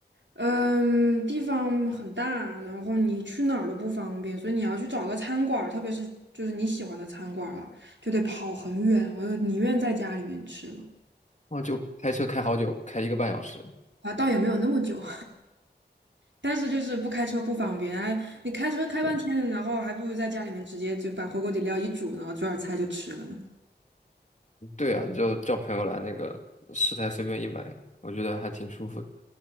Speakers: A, on the right (about 85°); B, on the left (about 40°).
A: 嗯，地方很大，然后你去哪儿都不方便，所以你要去找个餐馆儿特别是就是你喜欢的餐馆儿啊，就得跑很远，我就宁愿在家里面吃了
B: 后就开车开好久，开一个半小时。
A: 啊，倒也没有那么久。但是就是不开车不方便，还你开车开半天，
B: 对。
A: 然后还不如在家里面直接就把火锅底料一煮，然后做点菜就吃了呢。
B: 对啊，你就叫朋友来那个食材随便一买，我觉得还挺舒服的。